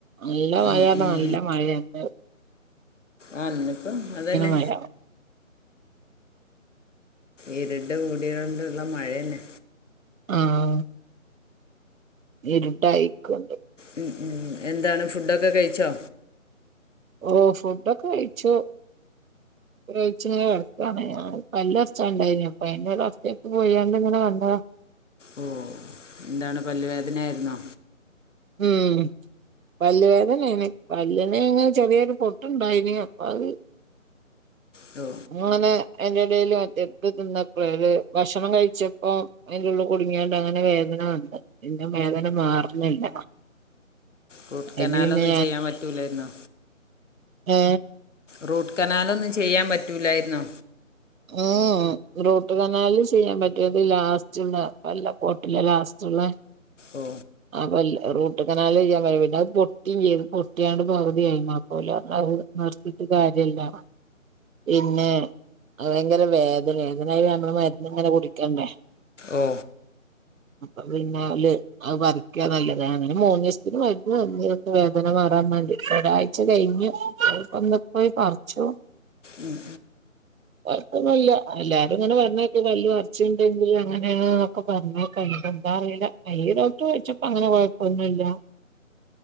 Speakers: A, on the right; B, on the left.
A: നല്ല മഴാണ്
B: ഉം, ഉം.
A: പറഞ്ഞ നല്ല മഴണ് ഇപ്പൊ
B: ആഹ് ഇന്നപ്പോ അതന്നെ
A: മഴ
B: ഇരുട് കുടിയോണ്ടുള്ള മഴന്നെ
A: ആഹ് ഇരുടായിക്കണ്ട്
B: മം മം എന്താണ് ഫുഡൊക്കെ കഴിച്ചോ
A: ഓ ഫുഡൊക്കെ കഴിച്ചു വെച്ചില്ലേ പനിമാരി പല്ല് പറിച്ചൊണ്ടായിരുന്നു അപ്പൊ അയിന്റെ ഡോക്ടറെ എടുത്ത് പോയാണ്ട് ഇങ്ങനെ വന്ന്
B: ഓ എന്താണ് പല്ലുവേദന ആയിരുന്നോ
A: ഉം പല്ലുവേദനയാണ് പല്ലുവേദന്നേണ്‌ പല്ലിന് ഇങ്ങനെ ചെറിയൊരു പൊട്ടുണ്ടായീന് അപ്പൊ അത്
B: തോ
A: മോനെ അയിന്റെ ഇടേല് മറ്റേ ഇത് തിന്നപ്പളെ ഭക്ഷണം കഴിച്ചപ്പോ അതിലുള്ളില് കുടുങ്ങിയണ്ട് അങ്ങനെ വേദന വന്നു പിന്നെ വേദന മാറുന്നില്ല
B: റൂട്ട്കനലൊന്നും
A: അതില് പിന്നെ
B: റ ചെയ്യാൻ പറ്റൂലായിരുന്നോ
A: ഏ
B: റൂട്ട്കനാലൊന്നും ചെയ്യാൻ പറ്റൂല്ലായിരുന്നോ
A: ഉം മം റൂട്ട്കനാല് ചെയ്യാൻ പറ്റത്തില്ല ലാസ്റ്റുള്ള പല്ലാ കോട്ടിലെ ലാസ്റ്റുള്ള
B: ഓ
A: ആ പല്ല് റൂട്ട്കനാല് ചെയ്യാൻ കഴുല്ല അത് പൊട്ടി വീണ് പൊട്ടിയത് പകുതിയായി ഓല് പറഞ്ഞ് അത് നിർത്തീട്ട് കാര്യല്ല പിന്നെ അത് ഭയങ്കര വേദന്നെന്ന്‌ പിന്നെ ആയിൻ നമ്മള് മരുന്ന് ഇങ്ങനെ കുടിക്കണ്ടേ
B: ഓ
A: അപ്പൊ പിന്നെ ഓല് അത് പറിക്കാ നല്ലത് അങ്ങനെ മൂന്നിസത്തിന് മരുന്ന് തന്ന് വേദന മാറാൻ വേണ്ടി ഒരാഴ്ച കഴിഞ്ഞു അങ്ങനെ ഇപ്പൊ ഇന്ന് പോയി പറിച്ചു
B: ഉം
A: കൊഴപ്പൊന്നൂല്ലാ എല്ലാരും ഇങ്ങനെ പറഞ്ഞ് കേട്ട് പല്ല് പറിച്ചിട്ടിണ്ടെങ്കി അങ്ങനെന്നൊക്കെ ഒക്കെ പറഞ്ഞേക്ക എന്താ അറിയില്ല ഈ ഡോക്ടർ ചോച്ചപ്പോ അങ്ങനെ കൊഴപ്പൊന്നൂല്ലാ